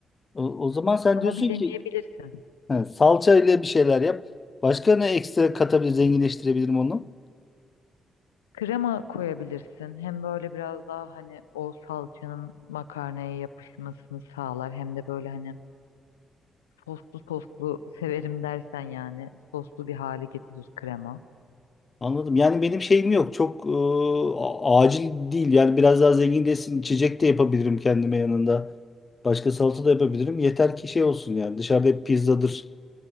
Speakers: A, on the left; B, on the left.
A: O, o zaman sen
B: Ama
A: diyorsun
B: bir deneyebilirsin.
A: ki ha, salça ile bir şeyler yap. Başka ne ekstra katabilir, zenginleştirebilirim onu?
B: Krema koyabilirsin. Hem böyle biraz daha hani o salçanın makarnaya yapışmasını sağlar. Hem de böyle hani soslu soslu severim dersen yani soslu bir hale getirir krema.
A: Anladım. Yani benim şeyim yok. Çok e, a- acil değil. Yani biraz daha zenginleşsin. İçecek de yapabilirim kendime yanında. Başka salata da yapabilirim. Yeter ki şey olsun yani. Dışarıda hep pizzadır,